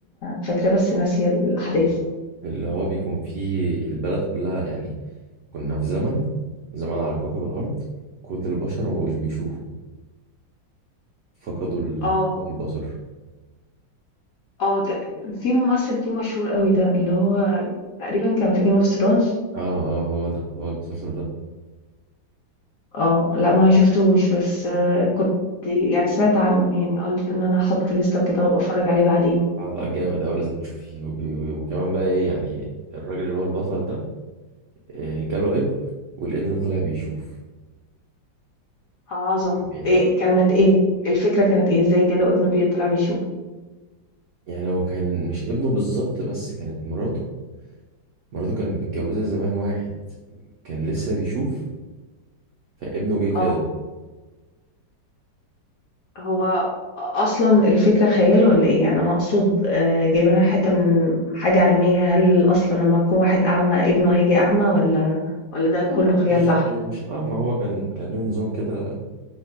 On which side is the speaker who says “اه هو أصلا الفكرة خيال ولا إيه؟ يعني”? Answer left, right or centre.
Left